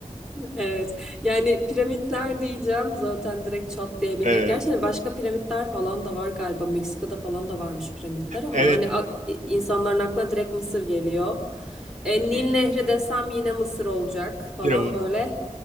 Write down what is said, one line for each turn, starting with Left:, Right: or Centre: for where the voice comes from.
Centre: Evet. Yani piramitler diyeceğim zaten direkt çatlayabilir.
Right: Evet.
Centre: Gerçi hani başka piramitler falan da var galiba. Meksika'da falan da varmış piramitler ama
Right: Evet.
Centre: hani a- insanların aklına direkt Mısır geliyor. E, Nil
Right: Hı hı.
Centre: Nehri desem yine Mısır olacak falan
Right: Firavun.
Centre: böyle.